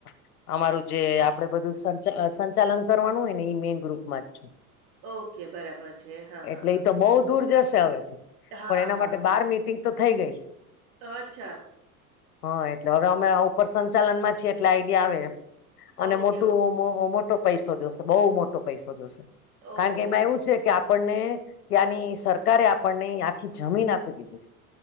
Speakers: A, on the left (about 70°); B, on the right (about 50°).
A: આ અમારું જે આપણે બધું સંચા સંચાલન કરવાનું હોય ને ઈ મેન ગ્રુપ માં જ છું.
B: ઓકે બરાબર. છે હા હા
A: એટલે
B: હા
A: ઈ તો બહુ દૂર જશે હવે. તો
B: હા
A: પણ એના
B: હા
A: માટે બાર મીટિંગ તો થઈ ગઈ.
B: અચ્છા
A: હા. એટલે હવે અમે આવું પણ સંચાલન માં છે એટલે આઈડિયા આવે એમ. અને
B: ઓકે
A: મોટું
B: ઓકે
A: <unintelligible> ટો પૈસો જોશે, બહુ મોટો પૈસો જોશે.
B: ઓહો
A: કારણ કે એમાં એવું છે કે આપ આપણને ત્યાંની સરકારે આપણને આખી જમીન આપી દીધી.